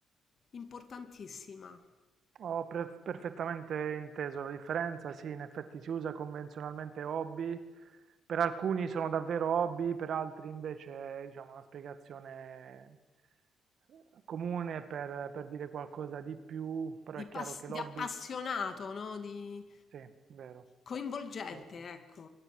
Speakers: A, on the left; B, on the right.
A: importantissima,
B: Ho pre- perfettamente inteso la differenza, sì, in effetti si usa convenzionalmente hobby, per alcuni sono davvero hobby, per altri invece è, diciamo, una spiegazione eh, comune per, per dire qualcosa di più, però
A: di,
B: è chiaro
A: pass-
B: che
A: di
B: l'hobby
A: appassionato, no? Di
B: sì, vero.
A: coinvolgente,
B: Eh,
A: ecco.